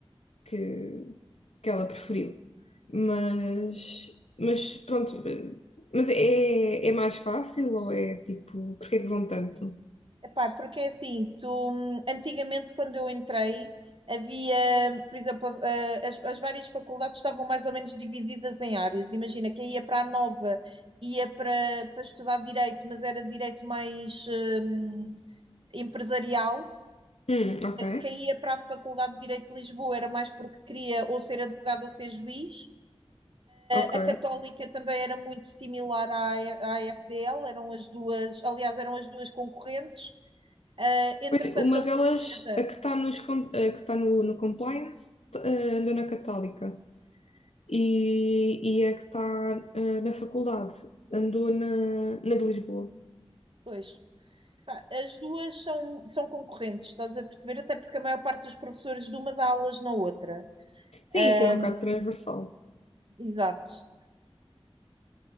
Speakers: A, on the left; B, on the right.
A: que, que ela preferiu. Mas, mas pronto, eh, mas é, é mais fácil ou é tipo, porque é que vão tanto?
B: Epá, porque assim, tu, hum, antigamente quando eu entrei, havia, por exemplo, a- a- as, as várias faculdades estavam mais ou menos divididas em áreas. Imagina, quem ia para a Nova ia para, para estudar direito, mas era direito mais hum, empresarial.
A: Hum, ok,
B: Quem ia para a Faculdade de Direito de Lisboa era mais porque queria ou ser advogado ou ser juiz.
A: ok.
B: A, a Católica também era muito similar à, à FDL, eram as duas, aliás, eram as duas concorrentes. Ah, entretanto,
A: Pois, uma
B: a
A: delas,
B: Lusíada,
A: a que está nos, con- a que está no, no compliance, t- eh, andou na Católica. E, e a que está eh, na faculdade, andou na, na de Lisboa.
B: pois, pá, as duas são, são concorrentes, estás a perceber? Até porque a maior parte dos professores de uma dá aulas na outra.
A: Sim,
B: Ah,
A: aquilo é um bocado transversal.
B: exato.